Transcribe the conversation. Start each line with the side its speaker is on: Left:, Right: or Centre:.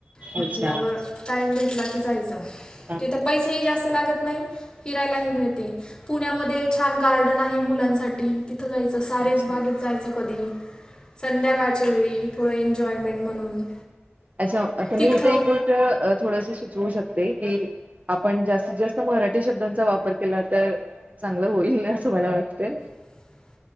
Left: म्हटल्यावर
Right: अच्छा
Left: टाईम भेटला की जायचं.
Right: हा
Left: तिथं
Right: हा
Left: पैसेही जास्त लागत नाही फिरायला ही मिळते. पुण्यामध्ये छान गार्डन आहे मुलांसाठी, तिथं जायचं सारस
Right: अच्छा
Left: बागेत जायचं कधी. संध्याकाळच्या वेळी थोडं एन्जॉयमेंट म्हणून
Right: अच्छा आता मी
Left: तिथं
Right: इथे एक गोष्ट थोडस सुचवू शकते की आपण जास्तीत जास्त मराठी शब्दांचा वापर केला तर, चांगलं होईलन असं मला वाटते.
Left: <inaudible>